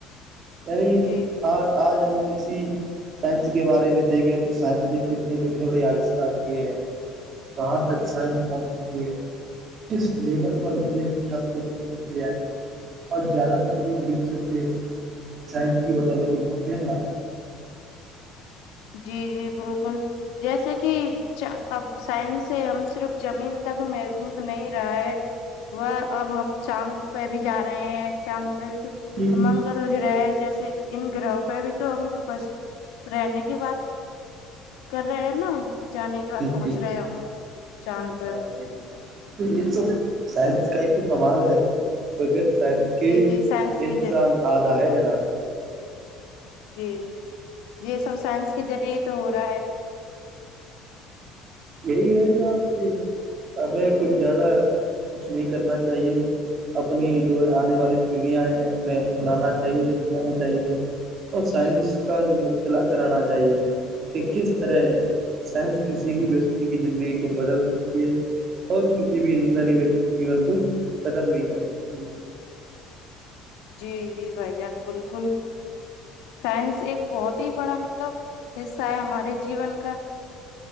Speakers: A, on the right; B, on the left.
A: یعنی
B: جی
A: آ آج ہم اسی سائنس کے بارے میں دیکھیں تو سائنس نے کتنے کتنے بڑے آوشکار کیے ہیں جاں تک سائنس پہنچ چکی ہے کس لیول پر اس نے اپنے آپ کو دیکھ سک کیا ہے اور زیادہ تر وکس دیحت کی بدولتی پہنچتے گ
B: جی جی بالکل جیسے کہ اب سائنس سے ہم صرف زمین تک محظوود نہیں رہا ہے وہ اب ہم چاند پہ بھی جا رہے ہیں چاند پہ بھی تو
A: جی
B: منگل گرہ جیسے انن گرہوں پہ بھی تو ہم بس رہنے کے کی بات کر رہے ہیں نا ہم جانے کے بعد پہنچ
A: جی
B: رہے ہیں ہم چاند پہ
A: <unintelligible> <unintelligible> سائنس کا ہی تو کمال ہے بغیر سائنس کے
B: جی جی سائنس کے
A: انسان
B: ذریعے
A: آتاا ہے جناب
B: جی جی یہ سب سائنس کے ذریعے ہی تو ہو رہا ہے
A: یہی ہے جناب کی ہمیں کچھ زیادہ کچھ نہیں کرنا چاہیے اپنی جو آنے والی پیڑھیاں ہیں انہیں بڑھانا چاہیے سمجھانا چاہیے اور سائنس کا جو مبتلا کرانا چاہیے کہ کس طرح سائنس کسی بھی ویکتی کی زندگی کو بدل سکتی ہے اور کسی بھی انسانی جیون کو قدم بھی کر سکتی ہے
B: جی جی بھائی جان بالکل سائنس ایک بہت ہی بڑا مطلب حصہ ہے ہمارے جیون کا